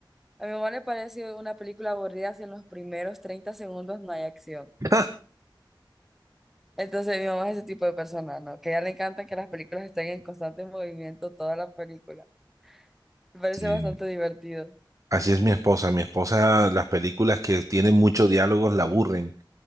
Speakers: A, in the centre; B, on the right.
A: A mi mamá le parece una película aburrida si en los primeros 30 segundos no hay acción.
B: <laughs>
A: Entonces mi mamá es ese tipo de persona, ¿no? Que a ella le encanta que las películas estén en constante movimiento toda la película. Me parece
B: Sí.
A: bastante divertido.
B: Así es mi esposa. Mi esposa, las películas que tienen muchos diálogos la aburren.